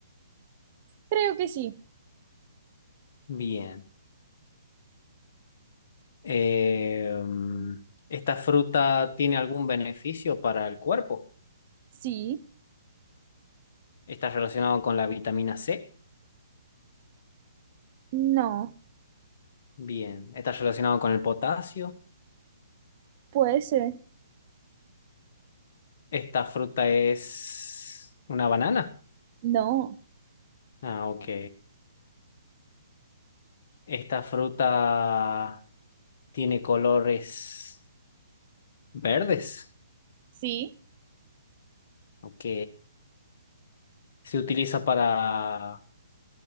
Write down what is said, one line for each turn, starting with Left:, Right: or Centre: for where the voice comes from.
Right: Creo que sí.
Left: Bien. Eh, esta fruta tiene algún beneficio para el cuerpo.
Right: Sí,
Left: Está relacionado con la vitamina C.
Right: no,
Left: Bien. Está relacionado con el potasio.
Right: puede ser.
Left: Esta fruta es una banana.
Right: No.
Left: Ah, ok. Esta fruta tiene colores verdes.
Right: Sí,
Left: Ok. ¿Se utiliza para,